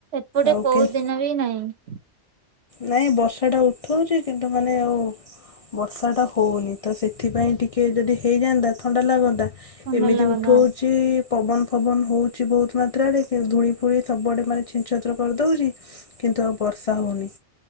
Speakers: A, on the right (about 70°); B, on the left (about 55°).
A: ଗୋଟେ
B: ଆଉ
A: କୋଉ
B: କି
A: ଦିନ ବି ନାହିଁ।
B: ନାଇଁ ବର୍ଷା ଟା ଉଠଉଛି କିନ୍ତୁ ମାନେ ଆଉ ବର୍ଷା ଟା ହଉନି ତ ସେଥିପାଇଁ ଟିକେ ଯଦି ହେଇଯାଆନ୍ତା ଥଣ୍ଡା ଲାଗନ୍ତା।
A: ଥଣ୍ଡା
B: ଏମିତି
A: ଲାଗୁନା।
B: ଉଠଉ ଛି ପବନ ଫବନ ହଉଛି ବହୁତ ମାତ୍ରରେ ଧୂଳି ଫୁଳି ସବୁଆଡେ ମାନେ ଛିନଛତ୍ର କରିଦଉଛି। କିନ୍ତୁ ଆଉ ବର୍ଷା ହେଉନି।